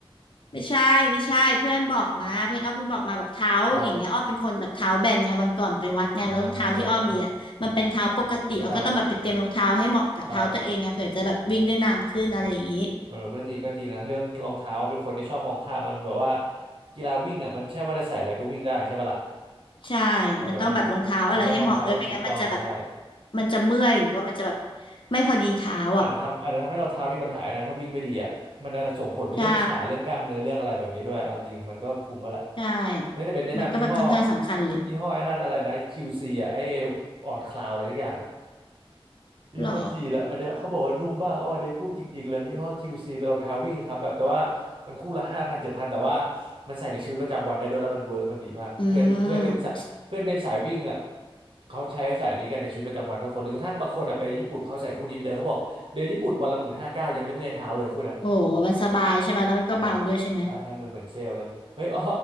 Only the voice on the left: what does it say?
ไม่ใช่ไม่ใช่เพื่อนบอกมาเพื่อนอ้อเพิ่งบอกมาแบบเท้าอย่างเงี้ยอ้อเป็นคนแบบเท้าแบนไงวันก่อนไปวัดไงแล้วรองเท้าที่อ้อมีอ่ะมันเป็นเท้าปกติอ้อก็ต้องแบบไปเตรียมรองเท้าให้เหมาะกับเท้าตัวเองไงเผื่อจะแบบวิ่งได้นานขึ้นอะไรอย่างงี้
ใช่
มันต้องแบบรองเท้าอะไรให้เหมาะด้วยไม่งั้นมันจะแบบ
มันจะเมื่อยหรือว่ามันจะแบบไม่พอดีเท้าอ่ะ
ใช่ใช่
มันก็แบบค่อนข้างสำคัญเลย
หรอ
อืม
โอ้โหมันสบายใช่ไหมแล้วมันก็เบาด้วยใช่ไหม